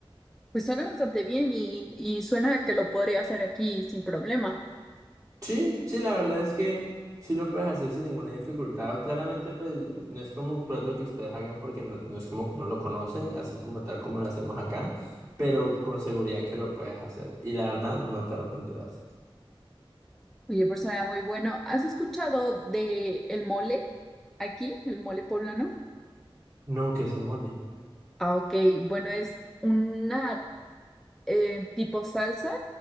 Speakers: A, in the centre; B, on the right.
A: Pues suena bastante bien y, y suena que lo podría hacer aquí sin problema.
B: Sí, sí, la verdad es que sí lo puedes hacer sin ninguna dificultad. Claramente, pues no es como un plato que ustedes hagan porque no, no es como no lo conocen, así como tal como lo hacemos acá, pero con seguridad que lo puedes hacer. Y la verdad, no te arrepentirás.
A: Oye, pues suena muy bueno. ¿Has escuchado de el mole aquí, el mole poblano?
B: No, ¿qué es el mole?
A: Ah, ok, bueno, es una eh, tipo salsa